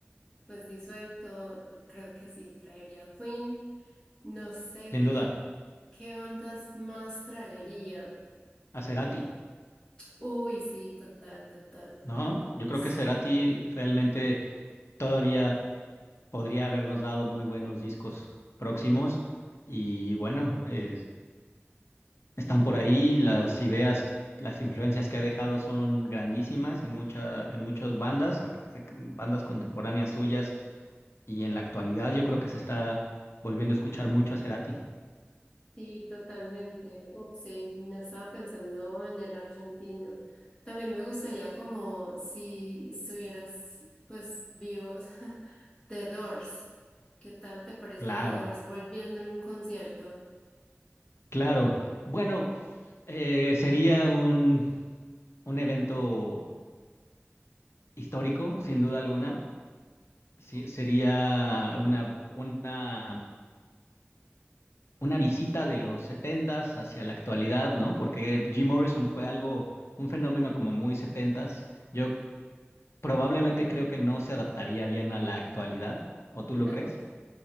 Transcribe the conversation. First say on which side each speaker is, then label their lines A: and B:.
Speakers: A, on the left; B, on the left.
A: pues disuelto, creo que sí, traería a Queen, no sé
B: Sin
A: qué,
B: duda,
A: qué bandas más traería.
B: a Cerati,
A: Uy, sí, total, total,
B: ¿no? Yo creo
A: sí.
B: que Cerati realmente todavía podría habernos dado muy buenos discos próximos y bueno, eh, están por ahí las ideas. Las influencias que ha dejado son grandísimas en mucha, en muchas bandas, ac- ac- bandas contemporáneas suyas Y en la actualidad yo creo que se está volviendo a escuchar mucho a Cerati.
A: Sí, totalmente. Uf, sí, no estaba pensando en el argentino. También me gustaría como si estuvieras pues vivos <laughs> The Doors. ¿Qué tal te parece
B: Claro,
A: The Doors volviendo en un concierto?
B: claro. Bueno, eh, sería un, un evento histórico, sin duda alguna. Sí, sería una, una, una visita de los setentas hacia la actualidad, ¿no? Porque Jim Morrison fue algo, un fenómeno como muy setentas. Yo probablemente creo que no se adaptaría bien a la actualidad. ¿O tú lo
A: <laughs>
B: crees?